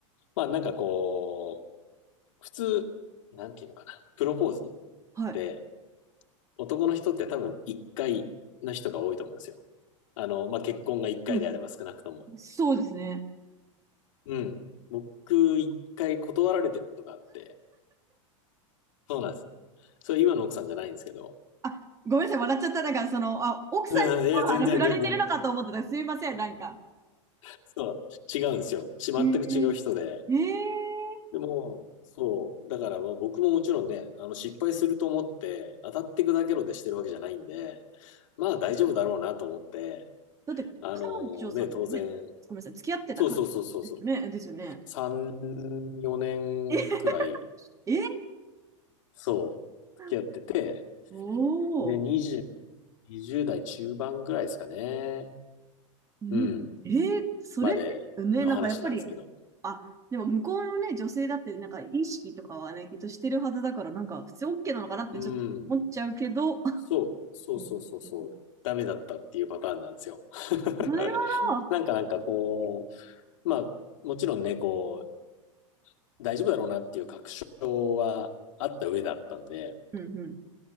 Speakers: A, on the left (about 75°); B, on the right (about 20°).
A: まあ、なんかこう、普通、なんていうのかな。プロポーズっ
B: はい。
A: て男の人って多分1回の人が多いと思うんですよ。あの、まあ、結婚が1回であれば少なくとも。
B: うん。そうですね。
A: うん。僕、1回断られてることがあって。そうなんです。それ今の奥さんじゃないんですけど。
B: あ、ごめんなさい、笑っちゃった。なんか、その、あ、奥さんにもあの、
A: <laughs> うんいや、全然全然。
B: 振られてるのかと思ってた。すいません、なんか。
A: そう、違うんですよ。ち、全く違う人で。
B: えー、えー、
A: でも、そう、だからまあ僕ももちろんね、あの失敗すると思って、当たってくだけろでしてるわけじゃないんで、まあ大丈夫だろうなと思って、
B: だって、
A: あのーね、
B: 彼女さんだっよね、
A: 当然、
B: ごめんなさい、付き合ってた彼女ですよね。
A: そうそうそうそうそう、
B: ですよね。
A: 3、4年くらい、
B: <laughs> え
A: そう、
B: ー、
A: 付き合ってて、
B: おお。
A: で、20、20代中盤ぐらいですかね、
B: うんえーそれってね、
A: うん、までの話なんですけど、
B: なんかやっぱり、あ、でも向こうのね、女性だってなんか意識とかはね、きっとしてるはずだから、なんか普通 OK なのかなってちょっと思っちゃうけど、
A: うん。そう、そうそうそうそう、
B: うんうん
A: ダメだったっていうパターンなんですよ。
B: なるほど。
A: <laughs> なんかなんかこう、まあ、もちろんね、こう、大丈夫だろうなっていう確証はあった上だったんで、
B: うんうん。